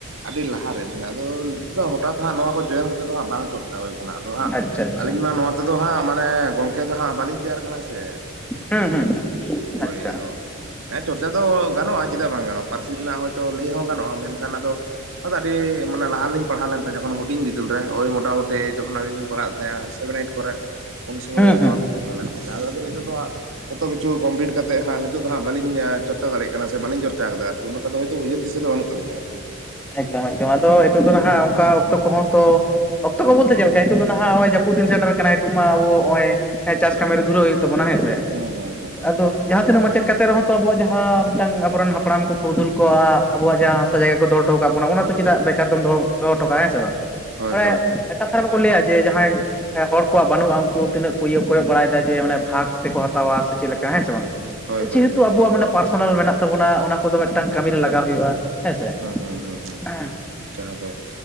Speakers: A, on the right; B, in the centre.
A: ᱟᱹᱰᱤ ᱞᱟᱦᱟ ᱨᱮ ᱢᱟᱱᱮ ᱟᱫᱚ ᱱᱤᱛᱚᱜ ᱫᱚ ᱦᱚᱴᱟᱛ ᱫᱚ ᱦᱟᱸᱜ ᱱᱚᱣᱟ ᱠᱚ ᱡᱚᱭᱮᱱ ᱠᱟᱛᱮᱫ ᱫᱚ ᱦᱟᱸᱜ ᱵᱟᱝ ᱪᱚᱨᱪᱟ ᱦᱩᱭ ᱠᱟᱱᱟ ᱟᱫᱚ ᱦᱟᱸᱜ
B: ᱟᱪᱪᱷᱟ ᱟᱪᱪᱷᱟ᱾
A: ᱱᱤᱛᱚᱜ ᱫᱚ ᱦᱟᱸᱜ ᱢᱟᱱᱮ ᱜᱚᱝᱠᱮ ᱫᱚ ᱦᱟᱸᱜ ᱵᱟᱹᱞᱤᱧ ᱛᱮᱭᱟᱨ ᱟᱠᱟᱱᱟ ᱥᱮ,
B: ᱦᱩᱸ ᱦᱩᱸ
A: ᱦᱳᱭ
B: ᱟᱪᱪᱷᱟ
A: ᱟᱫᱚ ᱦᱮᱸ ᱪᱚᱨᱪᱟ ᱫᱚ ᱜᱟᱱᱚᱜᱼᱟ ᱪᱮᱫᱟᱜ ᱵᱟᱝ ᱜᱟᱱᱚᱜᱼᱟ, ᱯᱟᱹᱨᱥᱤ ᱨᱮᱱᱟᱜ ᱦᱚᱭᱛᱳ ᱞᱟᱹᱭ ᱦᱚᱸ ᱜᱟᱱᱚᱜᱼᱟ ᱢᱮᱱᱠᱷᱟᱱ ᱟᱫᱚ ᱚᱱᱟ ᱫᱚ ᱟᱹᱰᱤ ᱢᱟᱱᱮ ᱞᱟᱦᱟ ᱨᱮᱞᱤᱧ ᱯᱟᱲᱦᱟᱣ ᱞᱮᱱ ᱛᱟᱦᱮᱸᱫ ᱡᱚᱠᱷᱚᱱ ᱦᱩᱰᱤᱧ ᱵᱤᱫᱟᱹᱞ ᱨᱮ ᱳᱭ ᱢᱚᱴᱟᱢᱩᱴᱤ ᱡᱚᱠᱷᱚᱱ ᱟᱹᱞᱤᱧ ᱞᱤᱧ ᱯᱟᱲᱦᱟᱜ ᱛᱟᱦᱮᱸᱜ-ᱟ ᱥᱮᱵᱮᱱ ᱟᱹᱭᱤᱴ ᱠᱚᱨᱮᱜ᱾ ᱩᱱ ᱥᱚᱢᱚᱭ
B: ᱦᱩᱸ ᱦᱩᱸ
A: ᱱᱚᱣᱟ ᱞᱤᱧ ᱯᱟᱲᱦᱟᱣ ᱞᱮᱱ ᱛᱟᱦᱮᱸᱫ, ᱡᱟᱸᱦᱟ ᱦᱤᱞᱳᱜ ᱫᱚ ᱱᱤᱛᱚᱜ ᱫᱚ ᱦᱟᱸᱜ ᱡᱷᱚᱛᱚ ᱠᱤᱪᱷᱩ ᱠᱚᱢᱯᱤᱞᱤᱴ ᱠᱟᱛᱮᱜ ᱦᱟᱸᱜ ᱱᱤᱛ ᱦᱟᱸᱜ ᱵᱟᱹᱞᱤᱻᱧ ᱪᱚᱨᱪᱟ ᱫᱟᱲᱮᱜ ᱠᱟᱱᱟ, ᱥᱮ ᱵᱟᱹᱞᱤᱧ ᱪᱚᱨᱪᱟ ᱟᱠᱟᱫᱟ ᱟᱨᱠᱤ ᱩᱱᱟᱹᱜ ᱴᱟᱜ ᱫᱚ ᱦᱚᱭᱛᱳ ᱩᱭᱦᱟᱹᱨ ᱫᱤᱥᱟᱹ ᱫᱚ ᱵᱟᱹᱱᱩᱜ ᱛᱟᱹᱞᱤᱧᱟ ᱟᱨᱠᱤ᱾
B: ᱮᱠᱫᱚᱢ ᱮᱠᱫᱚᱢ ᱟᱫᱚ ᱦᱤᱛᱚᱜ ᱫᱚ ᱱᱷᱟᱸᱜ ᱚᱸᱠᱟ ᱚᱠᱛᱚ ᱠᱚᱦᱚᱸ ᱛᱚ ᱚᱠᱛᱚ ᱠᱚ ᱵᱳᱞᱛᱮ ᱪᱮᱫ ᱞᱮᱠᱟ, ᱦᱤᱛᱚᱜ ᱫᱚ ᱱᱷᱟᱸᱜ ᱦᱚᱜᱼᱚᱭ ᱡᱟᱹᱯᱩᱫ ᱫᱤᱱ ᱥᱮᱴᱮᱨ ᱟᱠᱟᱱᱟ ᱦᱤᱛᱩᱜ ᱢᱟ ᱟᱵᱚ ᱦᱚᱸᱜᱼᱚᱭ ᱮᱸ ᱪᱟᱥ ᱠᱟᱹᱢᱤ ᱨᱮ ᱫᱷᱩᱨᱟᱹᱣ ᱦᱩᱭᱩᱜ ᱛᱟᱵᱚᱱᱟ ᱦᱮᱸ ᱥᱮ?
A: ᱦᱩᱸ ᱦᱩᱸ ᱦᱩᱸ ᱦᱩᱸ᱾
B: ᱟᱫᱚ ᱡᱟᱦᱟᱸ ᱛᱤᱱᱟᱹᱜ ᱢᱟᱪᱮᱫ ᱠᱟᱛᱮᱫ ᱨᱮᱦᱚᱸ ᱛᱚ ᱟᱵᱚᱣᱟᱜ ᱡᱟᱦᱟᱸ ᱢᱮᱫᱴᱟᱝ ᱟᱵᱚᱨᱮᱱ ᱦᱟᱯᱲᱟᱢ ᱠᱚ ᱯᱩᱨᱫᱷᱩᱞ ᱠᱚ ᱦᱟᱜ ᱟᱵᱚᱣᱟᱜ ᱡᱟᱦᱟᱸ ᱦᱟᱥᱟ ᱡᱟᱭᱜᱟ ᱠᱚ ᱫᱚᱦᱚ ᱦᱚᱴᱚ ᱟᱠᱟᱜ ᱵᱚᱱᱟ ᱚᱱᱟ ᱛᱚ ᱪᱮᱫᱟᱜ ᱵᱮᱠᱟᱨ ᱫᱚᱢ ᱫᱚᱦᱚ, ᱫᱚᱦᱚ ᱦᱚᱴᱚ ᱠᱟᱜᱼᱟ ᱦᱮᱸ ᱥᱮ ᱵᱟᱝ,
A: ᱦᱳᱭ
B: ᱢᱟᱱᱮᱜ
A: ᱦᱳᱭ ᱦᱳᱭ
B: ᱮᱸ ᱠᱟᱛᱷᱟ ᱨᱮ ᱵᱟᱠᱚ ᱞᱟᱹᱭᱟ ᱡᱮ ᱡᱟᱦᱟᱸᱭ ᱮᱸ ᱦᱚᱲ ᱠᱚᱣᱟᱜ ᱵᱟᱹᱱᱩᱜᱼᱟ ᱩᱱᱠᱩ ᱛᱤᱱᱟᱹᱜ ᱠᱚ ᱤᱭᱟᱹ ᱠᱚᱭᱚᱜ ᱵᱟᱲᱟᱭᱮᱫᱟ ᱡᱮ ᱢᱟᱱᱮ ᱵᱷᱟᱜᱽ ᱛᱮᱠᱚ ᱦᱟᱛᱟᱣᱟ ᱥᱮ ᱪᱮᱫ ᱞᱮᱠᱟ ᱦᱮᱸ ᱥᱮ ᱵᱟᱝ?
A: ᱦᱳᱭ ᱦᱳᱭ
B: ᱡᱮᱦᱮᱛᱩ ᱟᱵᱚᱣᱟᱜ ᱢᱟᱱᱮ ᱯᱟᱨᱥᱚᱱᱟᱞ ᱢᱮᱱᱟᱜ ᱛᱟᱵᱚᱱᱟ ᱚᱱᱟ ᱠᱚᱫᱚ ᱢᱮᱫᱴᱟᱝ ᱠᱟᱹᱢᱤ ᱨᱮ ᱞᱟᱜᱟᱣ ᱦᱩᱭᱩᱜᱼᱟ ᱦᱮᱸᱥᱮ?
A: ᱦᱩᱸ ᱦᱩᱸ ᱦᱩᱸ ᱦᱩᱸ
B: ᱦᱮᱸ,
A: ᱡᱟᱦᱟᱸ ᱫᱚ